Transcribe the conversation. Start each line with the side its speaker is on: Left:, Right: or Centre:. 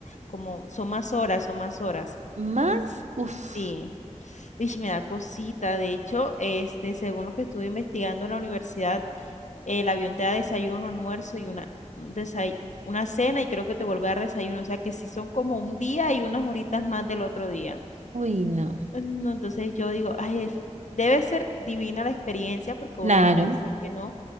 Left: como son más horas, son más horas.
Right: Más, uff,
Left: Sí, y me da cosita. De hecho, este, según lo que estuve investigando en la universidad, el avión te da desayuno, almuerzo y una, un desay- una cena y creo que te vuelve a dar desayuno. O sea que sí son como un día y unas horitas más del otro día.
Right: uy, no,
Left: No, entonces yo digo, ay, es- debe ser divina la experiencia porque
Right: claro,
Left: uno no dice que no,